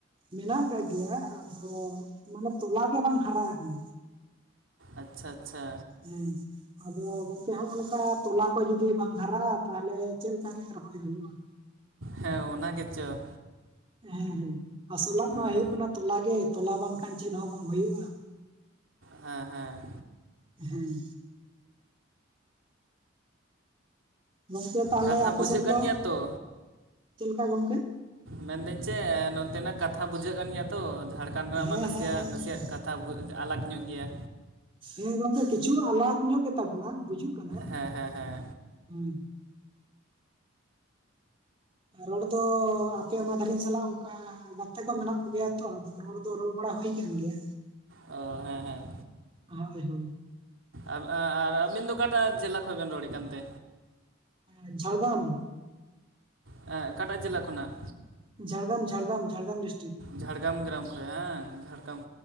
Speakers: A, on the right; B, on the right.
A: ᱢᱮᱱᱟᱜ ᱟᱠᱟᱫ ᱜᱮᱭᱟ, ᱟᱫᱚ ᱢᱟᱱᱮ ᱛᱚᱚᱞ ᱜᱮ ᱵᱟᱝ ᱦᱟᱨᱟ ᱟᱠᱟᱱᱟ᱾
B: ᱟᱪᱷᱟ ᱟᱪᱷᱟ,
A: ᱦᱩᱸ, ᱟᱫᱚ ᱜᱚᱝᱠᱮ ᱦᱚᱜᱼᱠᱟ ᱛᱚᱞᱟ ᱠᱚ ᱡᱩᱚᱫᱤ ᱵᱟᱝ ᱦᱟᱨᱟᱜᱼᱟ ᱛᱟᱦᱚᱞᱮ ᱪᱮᱫᱞᱠᱟᱨᱮ ᱨᱚᱦᱚᱭ ᱦᱩᱭᱩᱜᱼᱟ?
B: ᱦᱮᱸ ᱚᱱᱟ ᱜᱮᱪᱚ,
A: ᱦᱮᱸ ᱦᱮᱸ ᱟᱥᱚᱞᱟᱜ
B: ᱦᱮᱸ
A: ᱢᱟ ᱦᱩᱭᱩᱜ ᱠᱟᱱᱟ ᱛᱚᱞᱟ ᱜᱮ ᱛᱚᱞᱟ ᱵᱟᱝᱠᱷᱟᱱ ᱪᱮᱫ ᱦᱚᱸ ᱵᱟᱝ ᱦᱩᱭᱩᱜᱼᱟ᱾
B: ᱦᱮᱸ ᱦᱮᱸ,
A: ᱦᱮᱸ᱾ ᱜᱚᱝᱠᱮ ᱛᱟᱦᱚᱞᱮ
B: ᱠᱟᱛᱷᱟ
A: ᱟᱯᱮ
B: ᱵᱩᱡᱷᱟᱹᱜ
A: ᱥᱮᱱ
B: ᱠᱟᱱ
A: ᱫᱚ
B: ᱜᱮᱭᱟ ᱛᱚ
A: ᱪᱮᱫ ᱞᱮᱠᱟ ᱜᱚᱝᱠᱮ?
B: ᱢᱮᱱᱫᱟᱹᱧ ᱪᱮᱫ ᱱᱚᱱᱛᱮᱱᱟᱜ ᱠᱟᱛᱷᱟ ᱵᱩᱡᱷᱟᱹᱜ ᱠᱟᱱ ᱜᱮᱭᱟ ᱛᱚ ᱡᱷᱟᱲᱠᱷᱚᱱᱰ ᱨᱮᱱᱟᱜ
A: ᱦᱮᱸ
B: ᱢᱟ ᱱᱟᱥᱮᱭᱟᱜ
A: ᱦᱮᱸ ᱦᱮᱸ
B: ᱱᱟᱥᱮᱭᱟᱜ
A: ᱜᱚᱝᱠᱮ
B: ᱠᱟ, ᱛᱷᱟ ᱟᱞᱟᱜᱽ ᱧᱚᱜ ᱜᱮᱭᱟ᱾
A: ᱦᱮᱸ ᱜᱚᱝᱠᱮ ᱠᱤᱪᱷᱩ ᱟᱞᱟᱯ ᱧᱚᱜ ᱜᱮᱛᱟ ᱵᱚᱱᱟ ᱵᱩᱡᱩᱜ ᱠᱟᱱᱟ
B: ᱦᱮᱸ ᱦᱮᱸ ᱦᱮᱸ
A: ᱦᱮᱸ, ᱨᱚᱲ ᱫᱚ ᱟᱯᱮᱢᱟ ᱫᱷᱟᱨᱮ ᱥᱟᱞᱟᱜ ᱚᱱᱠᱟ, ᱜᱟᱛᱮ ᱠᱚ ᱢᱮᱱᱟᱜ ᱠᱚᱜᱮᱭᱟ ᱛᱚ ᱟᱫᱚ ᱨᱚᱲ ᱫᱚ ᱨᱚᱲ ᱵᱟᱲᱟ ᱦᱩᱭ ᱠᱟᱱ ᱜᱮᱭᱟ᱾
B: ᱚ ᱦᱮᱸ ᱦᱮᱸ,
A: ᱦᱳᱭ ᱦᱳᱭ᱾
B: ᱟᱨ ᱟ ᱻ ᱟᱨ ᱟᱻᱟᱹᱵᱤᱱ ᱫᱚ ᱚᱠᱟᱴᱟᱜ ᱡᱮᱞᱟ ᱠᱷᱚᱱ ᱵᱮᱱ ᱨᱚᱲᱮᱜ ᱠᱟᱱᱛᱮ?
A: ᱮᱸᱻᱡᱷᱟᱲᱜᱨᱟᱢ᱾
B: ᱮᱸ ᱠᱟᱴᱟ ᱡᱮᱞᱟ ᱠᱷᱚᱱᱟᱜ?
A: ᱡᱷᱟᱲᱜᱨᱟᱢ ᱡᱷᱟᱲᱜᱨᱟᱢ ᱡᱷᱟᱲᱜᱨᱟᱢ ᱰᱤᱥᱴᱨᱤᱠ᱾
B: ᱡᱷᱟᱲᱜᱨᱟᱢ ᱜᱨᱟᱢ ᱠᱷᱚᱭ ᱦᱟᱸᱝ ᱡᱷᱟᱲᱜᱨᱟᱢ